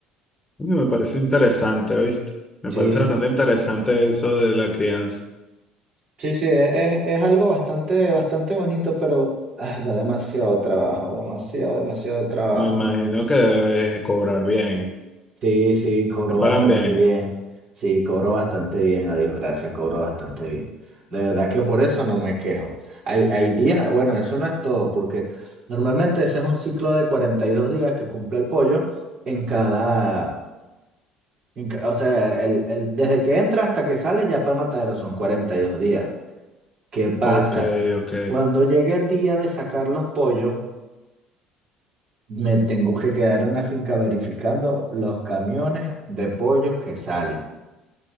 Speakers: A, on the left; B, on the right.
A: Coño, Me parece interesante, ¿oíste? Me
B: Sí,
A: parece
B: s-
A: bastante interesante eso de la crianza.
B: sí, sí, es, es- algo bastante, bastante bonito, pero ay, da demasiado trabajo, demasiado, demasiado trabajo.
A: Me imagino que debes cobrar bien.
B: Sí, sí, cobró
A: Te pagan
B: bastante
A: bien.
B: bien. Sí, cobró bastante bien, a Dios gracias, cobró bastante bien. De verdad que por eso no me quejo. Hay, hay días, bueno, eso no es todo, porque normalmente ese es un ciclo de 42 días que cumple el pollo en cada, en ca- o sea, el, el- desde que entra hasta que sale ya para el matadero son 42 días. ¿Qué pasa?
A: Ok, ok.
B: Cuando llegue el día de sacar los pollos, me tengo que quedar en la finca verificando los camiones de pollos que salen.